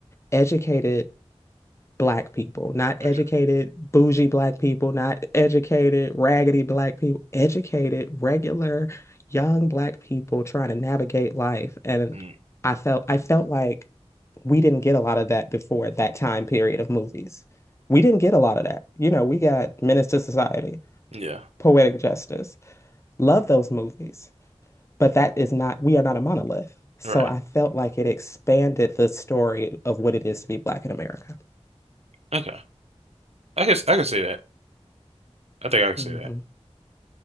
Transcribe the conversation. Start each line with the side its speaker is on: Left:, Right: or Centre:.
Left: educated black people, not educated
Right: okay.
Left: bougie black people, not educated raggedy black people, educated regular young black people trying to navigate life. And
Right: Mm,
Left: I felt, I felt like we didn't get a lot of that before that time period of movies. We didn't get a lot of that. You know, we got Menace to Society,
Right: yeah.
Left: Poetic Justice. Love those movies, but that is not, we are not a monolith. So
Right: Right.
Left: I felt like it expanded the story of what it is to be Black in America.
Right: Okay. I guess I can see that. I think I can
Left: hmm
Right: see that.